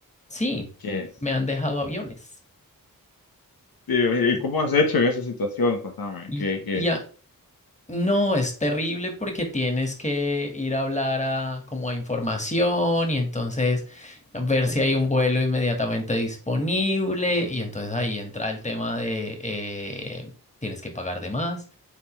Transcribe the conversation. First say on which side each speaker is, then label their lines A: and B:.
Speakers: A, on the left (about 20°); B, on the left (about 80°).
A: Sí,
B: que
A: me han dejado aviones.
B: sí, ¿y
A: Y,
B: cómo has hecho en esa situación? Contame,
A: y-
B: que, que,
A: y a- no, es terrible porque tienes que ir a hablar a, como a información y entonces ver si hay un vuelo inmediatamente disponible y entonces ahí entra el tema de eh, tienes que pagar de más.